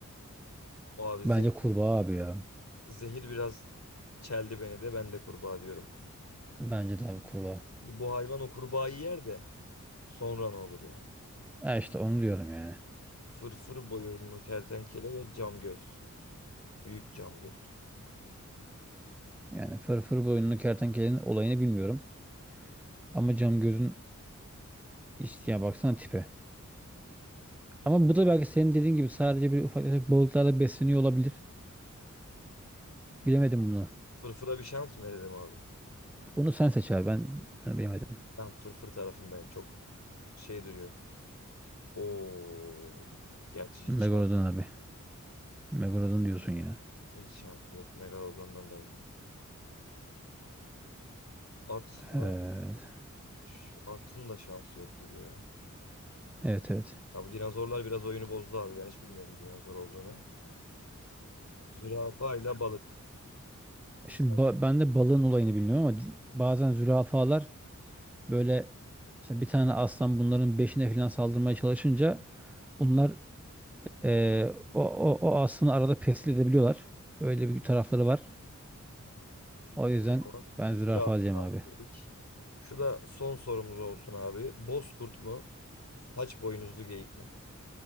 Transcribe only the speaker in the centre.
Bence
kurbağa abi ya.
Bence de abi kurbağa.
Ha işte onu diyorum yani.
Yani fırfır boyunlu kertenkelenin olayını bilmiyorum. Ama cam gözün işte ya baksana tipe. Ama bu da belki senin dediğin gibi sadece bir ufak tefek balıklarla besleniyor olabilir. Bilemedim bunu.
Bunu sen seç abi. Ben, ben bilemedim.
Megalodon
abi. Megalodon diyorsun ya.
Evet.
Evet evet.
Şimdi ba- ben de balığın olayını bilmiyorum ama di- bazen zürafalar böyle mesela bir tane aslan bunların beşine falan saldırmaya çalışınca bunlar Ee, o, o, o aslında arada pestil edebiliyorlar. Öyle bir tarafları var. O yüzden
ben zürafa
diyeceğim abi.